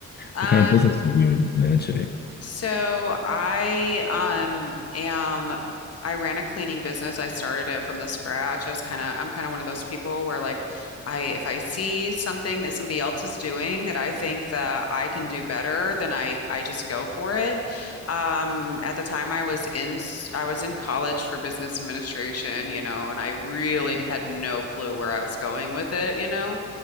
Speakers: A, on the left; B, on the left.
A: Um,
B: What kind of business are you in managing?
A: So I um am I ran a cleaning business. I started it from the scratch. I was kind of I'm kind of one of those people where like I if I see something that somebody else is doing that I think that I can do better, then I I just go for it. Um at the time I was in s- I was in college for business administration, you know, and I really had no clue where I was going with it, you know.